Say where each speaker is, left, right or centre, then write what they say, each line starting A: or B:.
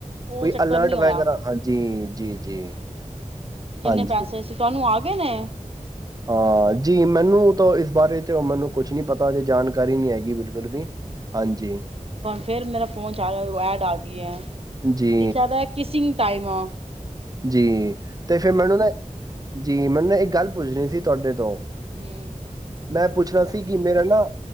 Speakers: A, on the right; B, on the right.
A: ਉਹ
B: ਕੋਈ,
A: ਚੱਕਰ
B: ਅਲਰਟ
A: ਨੀ ਹੋਇਆ
B: ਵੈਗੈਰਾ ਹਾਂਜੀ, ਜੀ, ਜੀ
A: ਜਿੰਨੇ
B: ਹਾਂਜੀ।
A: ਪੈਸੇ ਸੀ ਤੁਹਾਨੂੰ ਆ ਗਏ ਨੇ
B: ਹ ਜੀ ਮੈਨੂੰ ਤਾਂ ਇਸ ਬਾਰੇ ਚ ਮੈਨੂੰ ਕੁਛ ਨਹੀਂ ਪਤਾ ਜੇ ਜਾਣਕਾਰੀ ਨਹੀਂ ਹੈਗੀ ਬਿਲਕੁਲ ਵੀ। ਹਾਂਜੀ
A: ਫਿਰ ਮੇਰਾ ਫੋਨ ਚੱ ਐਡ ਆ ਗਈ,
B: ਜੀ,
A: ਆਖਿਆ ਤਾਂ ਕਿਸੀ ਵੀ ਟਾਈਮ ਆ
B: ਜੀ। ਤੇ ਫਿਰ ਮੈਨੂੰ ਨਾ, ਜੀ ਮੈਨੂੰ ਨਾ ਇੱਕ ਗੱਲ ਪੁੱਛਣੀ ਸੀ ਤੁਹਾਡੇ ਤੋਂ
A: ਹੂੰ
B: ਮੈਂ ਪੁੱਛਣਾ ਸੀ ਕਿ, ਮੇਰਾ ਨਾ